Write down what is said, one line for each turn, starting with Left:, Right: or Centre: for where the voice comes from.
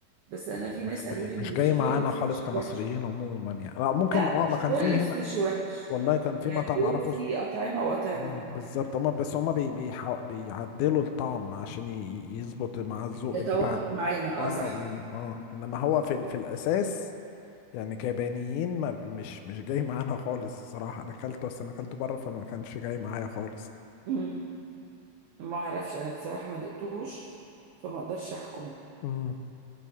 Right: بس أنا
Left: م-
Right: في ناس
Left: م-
Right: قالوا لي إن
Left: مش جاي
Right: مش
Left: معانا
Right: كل السوشي
Left: خالص كمصريين
Right: وحش
Left: عموما يعني لا ممكن
Right: لا
Left: اه ما
Right: مش
Left: كان
Right: كل
Left: فيه
Right: السوشي
Left: هنا
Right: وحش
Left: والله كان في
Right: يعني
Left: مطعم
Right: بيقولوا
Left: اعرفه
Right: في
Left: اس-
Right: أطعمة وأطعمة
Left: اه بالظبط هما بس هما بي بيح- بيعدلوا الطعم عشان ي- يظبط مع الذوق
Right: يتوافق
Left: بتاعنا
Right: معانا
Left: اه
Right: اه صح
Left: م، اه انما هو في ال- في الاساس يعني كيابانيين ما بي- مش مش جاي معانا خالص الصراحه انا اكلته بس انا اكلته بره فما كانش جاي معايا خالص
Right: مم. ما اعرفش انا بصراحة ما دقتوش فما اقدرش احكم
Left: مم.